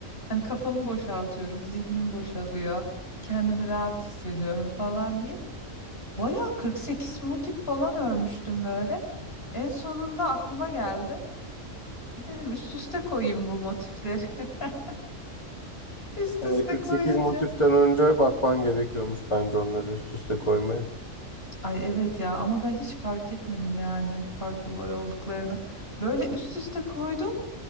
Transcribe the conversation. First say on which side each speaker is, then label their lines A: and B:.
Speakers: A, on the left; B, on the left.
A: Hani kafamı boşaltıyorum, zihnim boşalıyor, kendimi rahat hissediyorum falan diye. Bayağı 48 motif falan örmüştüm böyle. En sonunda aklıma geldi. Bir dedim üst üste koyayım bu motifleri. <laughs> Üst
B: Yani
A: üste
B: 48
A: koyunca.
B: motiften önce bakman gerekiyormuş bence onları üst üste koymaya.
A: Ay evet ya ama ben hiç fark etmedim yani farklı boy olduklarını. Böyle üst üste koydum.